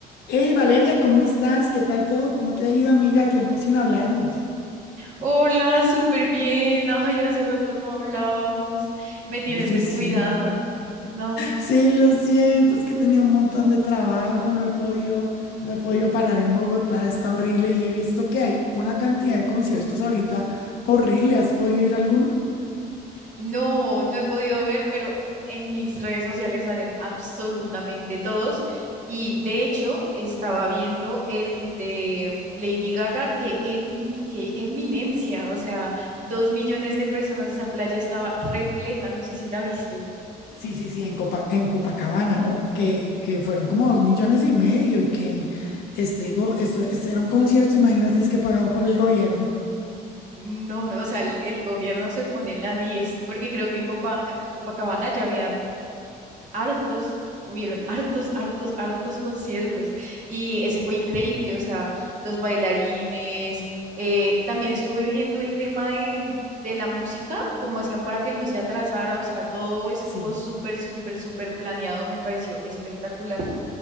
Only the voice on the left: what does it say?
Hey Valeria, ¿cómo estás? ¿Qué tal todo? ¿Cómo te ha ido, amiga? Tiempo sin hablarnos.
Oye,
sí.
Sí, lo siento, es que he tenido un montón de trabajo, no he podido, no he podido parar en Bogotá, está horrible y he visto que hay una cantidad de conciertos ahorita horrible. ¿Has podido ir a alguno?
Sí, sí, sí, en Copa, en Copacabana, ¿no? Que, que fueron como dos millones y medio y que este, go- esto, este era un concierto, imagínate, es que pagado por el gobierno.
Sí.